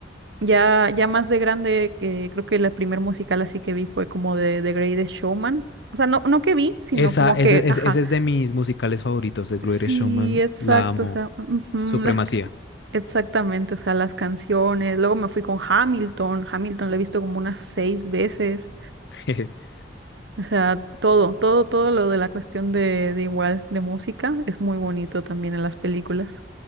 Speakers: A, on the right; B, on the left.
A: Ya, ya más de grande, que creo que la primer musical así que vi fue como de The Greatest Showman. O sea, no, no que vi, sino
B: Esa,
A: como que,
B: ese,
A: ajá
B: ese- ese es de mis musicales favoritos, The Greatest
A: Sí,
B: Showman,
A: exacto,
B: la amo.
A: o sea, ujú,
B: Supremacía.
A: las ca- exactamente, o sea, las canciones. Luego me fui con Hamilton, Hamilton la he visto como unas seis veces.
B: <laughs>
A: O sea, todo, todo, todo lo de la cuestión de, de igual, de música, es muy bonito también en las películas.